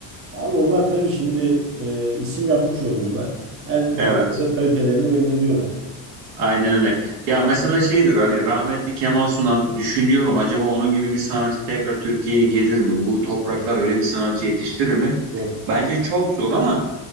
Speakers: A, on the right (about 30°); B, on the right (about 85°).
A: Abi onlar tabii şimdi e, isim yapmış oyuncular. Her
B: Evet.
A: projede kalitelerini belli ediyorlar.
B: Aynen öyle. Ya mesela şeydir hani rahmetli Kemal Sunal düşünüyorum acaba onun gibi bir sanatçı tekrar Türkiye'ye gelir mi? Bu topraklar
A: Zor,
B: öyle bir sanatçı yetiştirir mi?
A: zor.
B: Bence çok zor ama